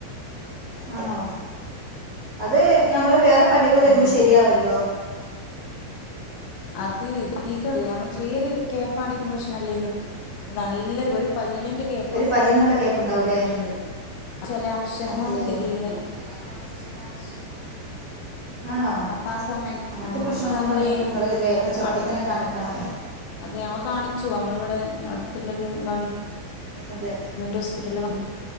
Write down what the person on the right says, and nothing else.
ആണോ? അത് ഞമ്മള് വേറെ പല്ല്കള് വെരുമ്പോ
ശരിയാവൊല്ലോ?
ഒരു പല്ലിനുള്ള ഗ്യാപ്പുണ്ടാവൂലേ
അതെയോ
<inaudible> ആണോ?
അങ്ങത്തെ
പ്രശ്നങ്ങളൊക്കെണ്ടെങ്കി
ഇങ്ങള് വേഗം ചെറുപ്പത്തെന്നെ
കാണിക്കണം
അതെ